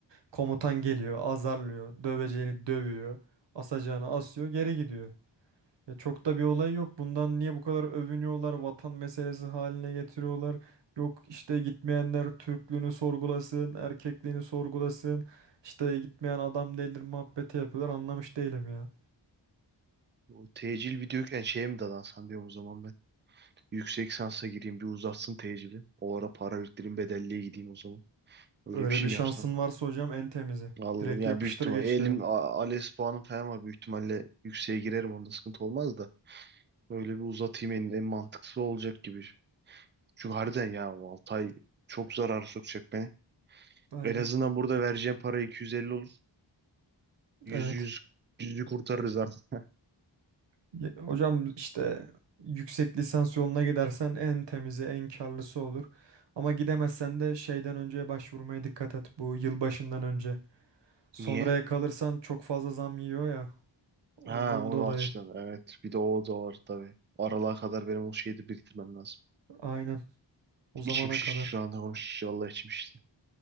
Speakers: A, on the right; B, on the right.
A: komutan geliyor, azarlıyor, döveceğini dövüyor, asacağını asıyor, geri gidiyor. Ya çok da bir olay yok. Bundan niye bu kadar övünüyorlar? Vatan meselesi haline getiriyorlar. Yok işte gitmeyenler Türklüğünü sorgulasın, erkekliğini sorgulasın. İşte gitmeyen adam değildir muhabbeti yapıyorlar. Anlamış değilim ya.
B: Bu tecil videoyken şeye mi dadansan diyorum o zaman ben. Yüksek sansa gireyim bir uzatsın tecili. O ara para biriktireyim bedelliye gideyim o zaman. Öyle
A: Öyle
B: bir şey
A: bir şansın
B: mi yapsam?
A: varsa hocam en temizi.
B: Vallahi
A: Direkt
B: ya
A: yapıştır
B: büyük ihtimal
A: geç
B: elim
A: derim.
B: A- ALES puanım falan var. Büyük ihtimalle yükseğe girerim onda sıkıntı olmaz da. Öyle bir uzatayım en, en mantıklısı olacak gibi. Çünkü harbiden ya 6 ay çok zarar sokacak beni.
A: Aynen.
B: En azından burada vereceğim para 250 olur. 100
A: Evet.
B: 100 yüzü kurtarırız artık.
A: Ya- Hocam işte yüksek lisans yoluna gidersen en temizi, en karlısı olur. Ama gidemezsen de şeyden önce başvurmaya dikkat et. Bu yılbaşından önce. Sonraya
B: Niye?
A: kalırsan çok fazla zam yiyor ya. Ondan
B: Ha onu
A: dolayı.
B: açtın. Evet. Bir de o da var tabii. Aralığa kadar benim o şeyi de biriktirmem lazım.
A: Aynen. O zamana
B: İçim şişti
A: kadar.
B: şu anda konuşunca. Vallahi içim şişti.